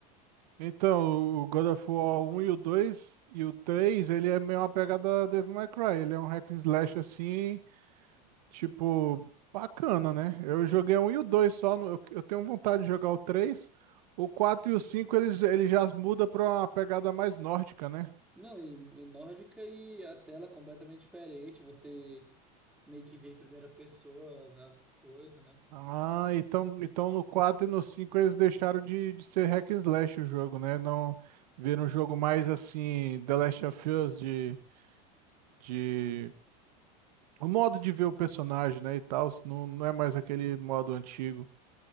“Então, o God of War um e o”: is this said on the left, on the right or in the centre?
Right